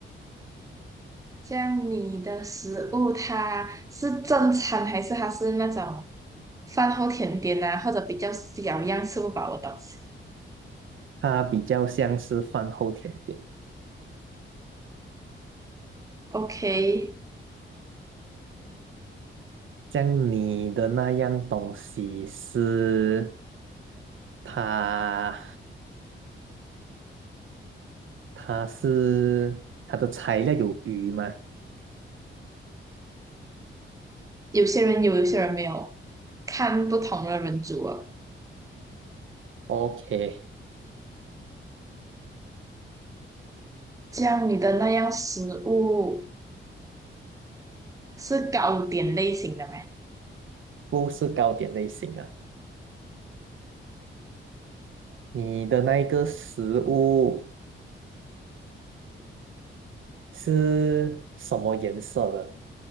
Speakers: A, on the right; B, on the right.
A: 这样你的食物它是正餐还是它是那种饭后甜点啊，或者比较小样吃不饱的东西
B: 它比较像是饭后甜点。
A: ？OK，
B: 像你的那样东西是它，它是它的材料有鱼吗
A: 有些人有，有些人没有，看不同的人煮了。
B: ？OK，
A: 这样你的那样食物是糕点类型的吗？
B: 不是糕点类型啊。你的那一个食物。是什么颜色的？